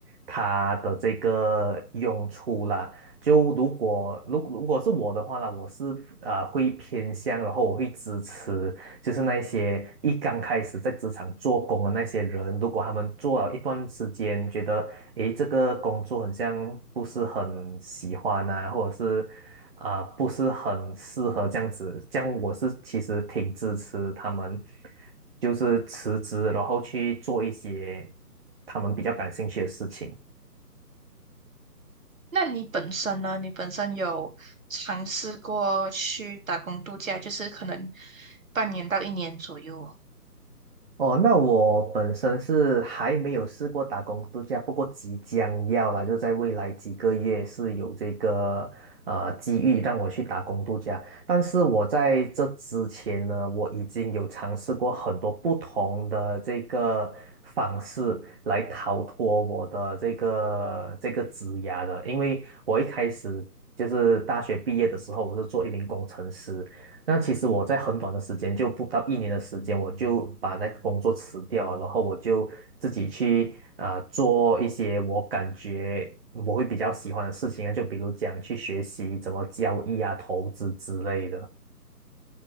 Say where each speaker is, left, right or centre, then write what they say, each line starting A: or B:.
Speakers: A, on the right; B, on the right.
A: 它的这个用处啦。就如果如如果是我的话啦，我是啊会偏向，然后我会支持，就是那些一刚开始在职场做工的那些人，如果他们做了一段时间，觉得诶这个工作很像不是很喜欢啊，或者是啊、呃不是很适合这样子，这样我是其实挺支持他们，就是辞职，然后去做一些他们比较感兴趣的事情。
B: 那你本身呢？你本身有尝试过去打工度假，就是可能半年到一年左右
A: 哦，那我本身是还没有试过打工度假，不过即将要啦，就是在未来几个月是有这个呃机遇让我去打工度假。但是我在这之前呢，我已经有尝试过很多不同的这个方式来逃脱我的这个这个职涯的，因为我一开始就是大学毕业的时候，我是做一名工程师，那其实我在很短的时间，就不到一年的时间，我就把那个工作辞掉了，然后我就自己去啊、呃做一些我感觉我会比较喜欢的事情啊，就比如讲去学习怎么交易啊、投资之类的。